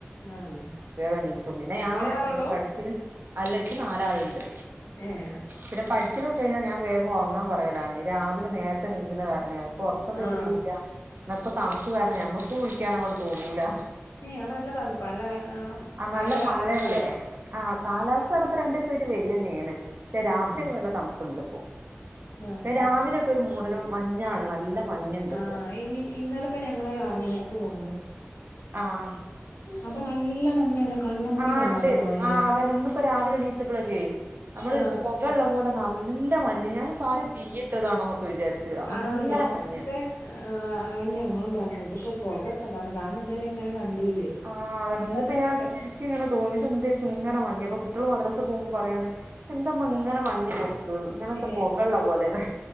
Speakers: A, on the left; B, on the right.
A: ആഹ്
B: വേഗം ണീക്കും പിന്നെ ഞാ
A: ഒരാളൊള്ളൂ
B: പഠിക്ക്ണ അല്ല ച്ച് നാലാളുണ്ട്.
A: ഏഹ്.
B: പിന്നെ പഠിക്കലൊക്കെ കഴിഞ്ഞാല് ഞാൻ വേഗം ഒറങ്ങാൻ പറയലാണ് രാവിലെ നേരത്തെ ണീക്ക്ണ കാരണെ അവർക്കൊർ ക്കം തെളിയൂല്ല
A: ആഹ്
B: ന്നപ്പ തണുപ്പ് കാരണം ഞമ്മക്കും വിളിക്കാനും അങ്ങോട്ട് തോന്നൂല.
A: ഏഹ് അവിടെ നല്ലതണുപ്പാ നല്ല അഹ്
B: ആ
A: മഴല്ലെ
B: നല്ല
A: കാലാവസ്ഥ.
B: മഴയല്ലേ ആഹ് കാലാവസ്ഥാ പറഞ്ഞാപ്പോ രണ്ടൂസായിട്ട് വെയിലെന്നെണ് പക്ഷെ രാത്രി
A: ആഹ്
B: ഒക്കെ നല്ല തണുപ്പുണ്ട്പ്പോ
A: ആഹ്
B: ഇപ്പ രാവിലെക്കെ ഒരു മൂടലും മഞ്ഞാണ് നല്ല മഞ്ഞുണ്ട്
A: ആഹ്
B: ഇപ്പോ
A: അതിന് ഇന്നാലെപ്പ ഞങ്ങള് ആറ് മണിക്ക് പോന്ന്
B: ആഹ്.
A: അപ്പ നല്ല മഞ്ഞാണ് കണ്ണും കൂടി
B: ആഹ്
A: കാണാത്ത
B: ണ്ട്
A: മഞ്ഞ്
B: ആഹ് അതെന്നെ ഇന്ന്പ്പോ രാവിലെണീച്ചപ്ളൊക്കെ. നമ്മള്
A: ആ
B: പൊകള്ള പോലെ നല്ല മഞ്ഞ് ഞാന് ആരെപ്പ തീയിട്ടതാണോ ന്നൊക്കെ വിചാരിച്ച്.
A: ആഹ്
B: അങ്ങനെ
A: ഞങ്ങട
B: മഞ്ഞ്
A: വിട്ത്തെ. ആഹ് അഹ് ന്നെ ഞങ്ങളും പറഞ്ഞത് തിപ്പോ പോകട്ടതാണ് കാരണം ഇതുവരെ ങ്ങനെ കണ്ടിയില്ലേ.
B: ആഹ് അതെന്നെ
A: ഇന്നലെ
B: ന്ന്പ്പോ
A: ഒരു
B: ഞാ
A: വട്ടം
B: ചിരിക്കുങ്ങനെ തോന്നി ഇതെന്തൊര്ക്കും ഇങ്ങനെ മഞ്ഞ് ഞ്ഞിപ്പോ കുട്ട്യാൾ മദ്രാസെ പോകുമ്പോ പറയാണ് എന്താമ്മ ഇങ്ങനെ മഞ്ഞപ്പോ ഇങ്ങനെന്താ
A: ഏ
B: പോകള്ളാ പോലെന്ന്.